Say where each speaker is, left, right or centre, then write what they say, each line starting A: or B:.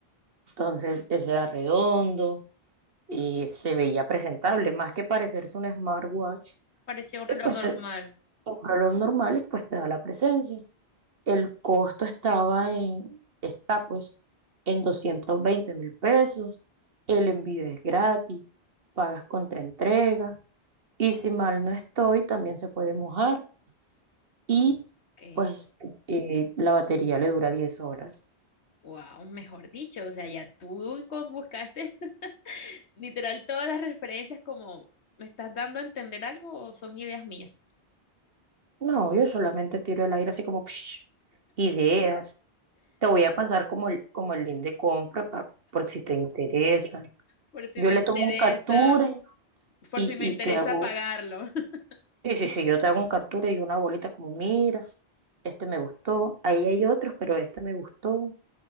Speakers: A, on the right (about 60°); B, on the left (about 90°).
A: Entonces, ese era redondo y se veía presentable, más que parecerse un smartwatch,
B: Parecía un
A: eh,
B: reloj
A: pues
B: normal.
A: eh, un reloj normal y pues te da la presencia. El costo estaba en, está pues en doscientos veinte mil pesos, el envío es gratis, pagas contra entrega y si mal no estoy, también se puede mojar. y
B: Ok.
A: pues eh, la batería le dura 10 horas.
B: Wow, mejor dicho, o sea, ya tú con- buscaste <laughs> literal todas las referencias como, ¿me estás dando a entender algo o son ideas mías?
A: No, yo solamente tiro el aire así como psh, ideas. Te voy a pasar como el, como el link de compra pa- por si te interesa.
B: Por si
A: Yo
B: me
A: le
B: interesa,
A: tomo un captura
B: por
A: y,
B: si me
A: y
B: interesa
A: te hago,
B: pagarlo. <laughs>
A: sí, sí, sí, yo te hago un captura y una bolita como, mira, este me gustó, ahí hay otros, pero este me gustó,